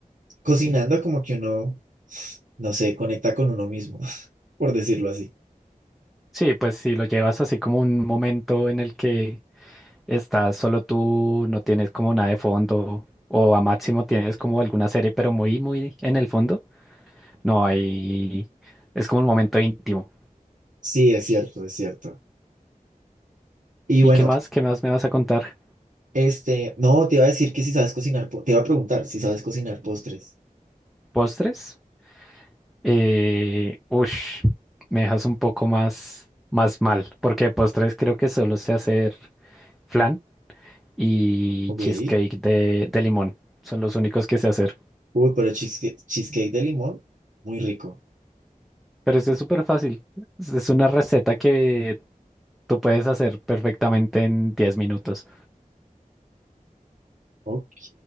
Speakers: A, on the right; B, in the centre.
A: cocinando como que uno no sé, conecta con uno mismo, <laughs> por decirlo así.
B: Sí, pues si lo llevas así como un momento en el que estás solo tú, no tienes como nada de fondo, o a máximo tienes como alguna serie, pero muy, muy en el fondo, no hay... Es como un momento íntimo.
A: Sí, es cierto, es cierto. Y
B: ¿Y
A: bueno,
B: qué más? ¿Qué más me vas a contar?
A: este, no, te iba a decir que si sabes cocinar, po- te iba a preguntar si sabes cocinar postres.
B: ¿Postres? Eh, ush, me dejas un poco más, más mal, porque de postres creo que solo sé hacer flan y
A: Ok.
B: cheesecake de, de limón. Son los únicos que sé hacer.
A: Uy, pero cheesecake, cheesecake de limón, muy rico.
B: Pero eso es súper fácil. Es es una receta que tú puedes hacer perfectamente en 10 minutos.
A: Ok,